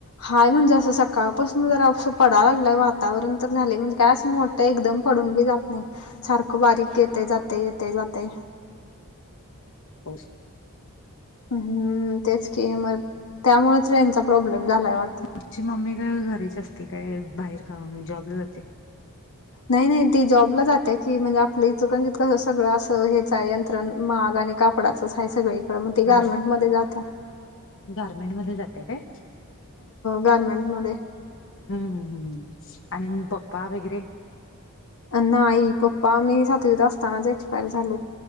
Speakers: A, on the left; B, on the left.
A: हाय म्हणजे असं सकाळपासून जरं पडाय लाग वातावरण तर झाले म्हणजे काय असं मोठ त एकदम पडून बी जात नाही सारखं बारीक येते जाते येते जातेय.
B: पाउस.
A: हम्म! तेच की म त्यामुळच रेंजचा प्रॉब्लेम झालाय वाटत.
B: तची मम्मी काय घरीची असते काय बाहेर का जॉबला जाते.
A: नाही नाही ती जॉबला जाते की म्हणजे आपलं इचलकरंजीत कसं सगळं असं हेच यंत्रण माग आणि कापडाचच आहे सगळीकड मग ते
B: हा
A: गारमेंट मध्ये जात्या.
B: गारमेंट मध्ये जाते काय?
A: गारमेंट मध्ये.
B: हम्मम हम्म! आणि पप्पा वगैरे?
A: नाही पप्पा मी सातवीत असतानाच एक्सपायर झालेत.